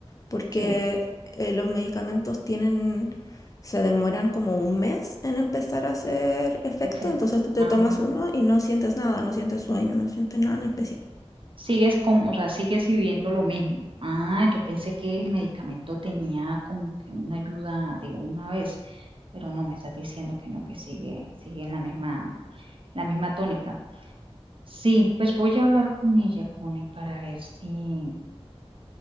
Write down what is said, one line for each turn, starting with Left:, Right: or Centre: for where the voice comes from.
Left: porque
Right: sí,
Left: eh, los medicamentos tienen, se demoran como un mes en empezar a hacer efecto,
Right: efecto.
Left: entonces tú te
Right: ah.
Left: tomas uno y no sientes nada, no sientes sueño, no sientes nada en especial.
Right: Sigues con, o sea, sigues viviendo lo mismo. Ah, yo pensé que el medicamento tenía como que una ayuda de una vez, pero no, me estás diciendo que no, que sigue, sigue en la misma, la misma tónica. Sí, pues voy a hablar con ella, Connie, para ver si,